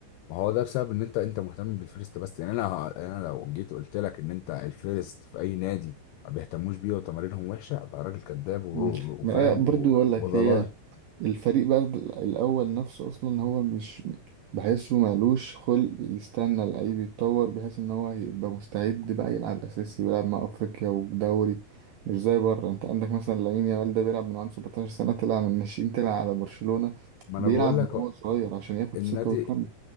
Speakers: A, on the left; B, on the right.
A: ما هو ده بسبب ان انت انت مهتم بالفيرست بس يعني انا يعني انا لو جيت قلت لك ان انت الفيرست في اي نادي ما بيهتموش بيه وتمارينهم وحشه ابقى راجل كذاب و-
B: مم.
A: و-
B: ما
A: وفاهم
B: هي برضو
A: و-
B: أقول لك
A: وضلالي
B: هي الفريق بقى الأول نفسه أصلا هو مش بحسه مالوش خلق يستنى اللعيب يتطور بحيث إن هو يبقى مستعد بقى يلعب أساسي ويلعب مع أفريقيا ودوري مش زي بره أنت عندك مثلا لامين يامال ده بيلعب من عنده 17 سنة طلع من الناشئين طلع على برشلونة
A: ما
B: بيلعب
A: انا بقول لك
B: من
A: هو
B: هو صغير عشان ياخد
A: النادي
B: ثقة ويكمل